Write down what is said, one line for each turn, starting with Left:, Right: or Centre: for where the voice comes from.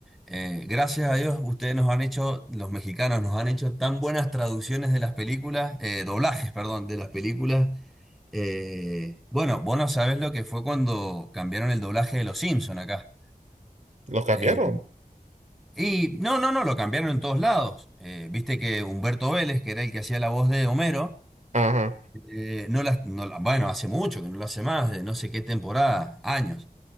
Centre: Eh, gracias a Dios, ustedes nos han hecho, los mexicanos nos han hecho tan buenas traducciones de las películas, eh, doblajes, perdón, de las películas. Eh, bueno, vos no sabés lo que fue cuando cambiaron el doblaje de Los Simpson acá.
Right: lo cambiaron.
Centre: Eh, y no, no, no, lo cambiaron en todos lados. Eh, viste que Humberto Vélez, que era el que hacía la voz de Homero,
Right: Ajá,
Centre: eh, no la, no la- bueno, hace mucho que no lo hace más, de no sé qué temporada, años.